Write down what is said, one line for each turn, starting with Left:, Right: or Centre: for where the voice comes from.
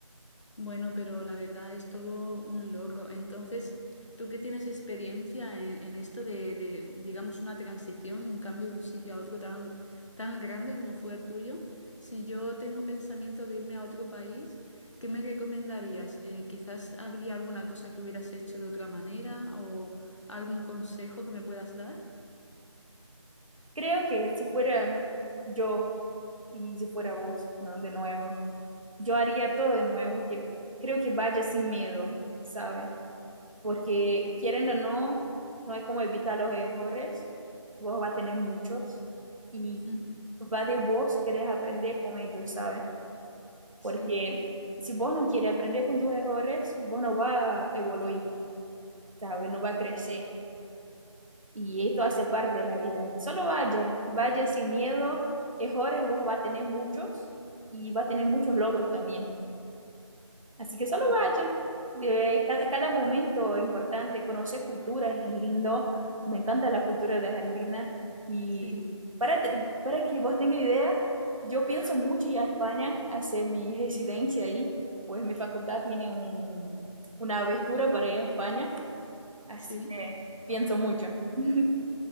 Left: Bueno, pero la verdad es todo un logro. Entonces, tú que tienes experiencia en, en esto de, de, digamos, una transición, un cambio de un sitio a otro tan, tan grande como fue el tuyo, si yo tengo pensamiento de irme a otro país, ¿qué me recomendarías? Eh, quizás habría alguna cosa que hubieras hecho de otra manera o algún consejo que me puedas dar.
Right: Creo que si fuera yo y si fuera vos, ¿no? De nuevo, yo haría todo de nuevo, que creo que vaya sin miedo, ¿sabe? Porque quieren o no, no hay como evitar los errores, vos va a tener muchos y
Left: Ujú.
Right: va de vos querés aprender con ellos, ¿sabe? Porque
Left: Sí,
Right: si vos no quieres aprender con tus errores, vos no va a evoluir, ¿sabes? No va a crecer. Y esto hace parte de la vida. Solo vaya, vaya sin miedo. Errores vos va a tener muchos y va a tener muchos logros también. Así que solo
Left: Ujú.
Right: vaya. Eh, Cada, cada momento es importante, conocer culturas es lindo. Me encanta la cultura de Argentina. Y
Left: sí,
Right: para, te- para que vos tengas idea, yo pienso mucho ir a España, hacer mi residencia ahí, pues mi facultad tiene un, una aventura para ir a España. Así
Left: sí.
Right: que pienso mucho. <laughs>